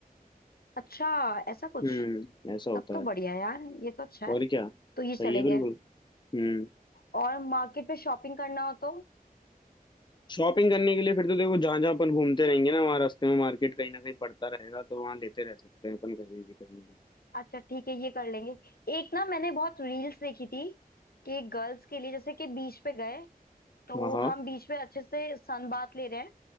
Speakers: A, on the left; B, on the left.
A: अच्छा ऐसा कुछ
B: हम्म ऐसा होता
A: तब तो
B: है
A: बढ़िया है यार ये तो अच्छा
B: और
A: है
B: क्या
A: तो ये
B: सही
A: चलेंगे
B: है बिल्कुल हम्म
A: और मार्केट में शॉपिंग करना हो तो
B: शॉपिंग करने के लिए फिर तो देखो जहां जहां अपन घूमते रहेंगे ना वहाँ रास्ते में मार्केट कहीं ना कहीं पड़ता रहेगा तो वहां लेते रह सकते हैं अपन कहीं भी कहीं भी
A: अच्छा ठीक है ये कर लेंगे एक ना मैंने बहुत रील्स देखी थी कि गर्ल्स के लिए जैसे कि बीच पे गए तो
B: हाँ हाँ
A: हम बीच पे अच्छे से सन बात ले रहे हैं